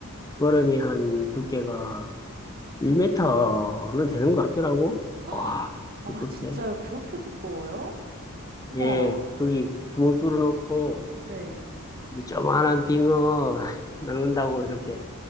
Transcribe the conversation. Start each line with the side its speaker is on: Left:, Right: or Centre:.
Left: 워름이 한 두께가 1m는 되는 것 같더라고.
Right: <gasps>
Left: 와,
Right: 아
Left: 두껍대.
Right: 진짜요? 그렇게 두꺼워요? 우와.
Left: 예, 거기 구멍 뚫어놓고,
Right: 네.
Left: 이제 조그만한 빙어 <laughs> 낚는다고 이렇게